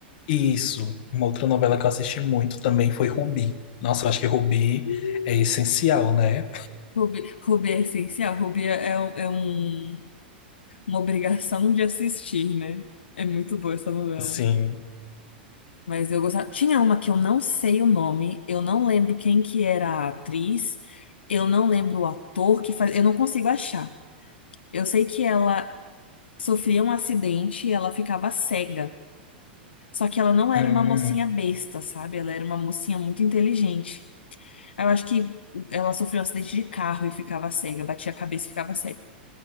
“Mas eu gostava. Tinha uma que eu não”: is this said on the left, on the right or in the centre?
Left